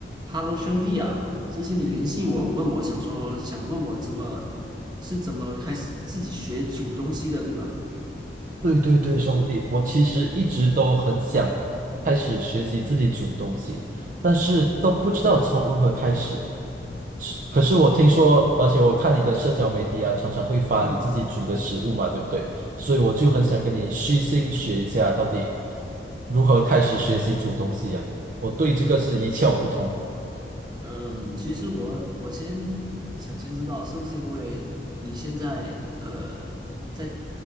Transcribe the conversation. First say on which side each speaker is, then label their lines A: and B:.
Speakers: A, on the right; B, on the right.
A: Hello，兄弟啊，之前你联系我，问我想说，想问我怎么是怎么开始自己学煮东西的，对吧？
B: 对对对，兄弟，我其实一直都很想开始学习自己煮东西，但是都不知道从如何开始。是可是我听说，而且我看你的社交媒体啊，常常会发你自己煮的食物嘛，
A: 嗯，
B: 对不对？所以我就很想跟你虚心学一下，
A: 对对对，
B: 到底如何开始学习煮东西啊？我对这个是一窍不通啊。
A: 嗯，其实我我先想先知道是不是因为你现在呃在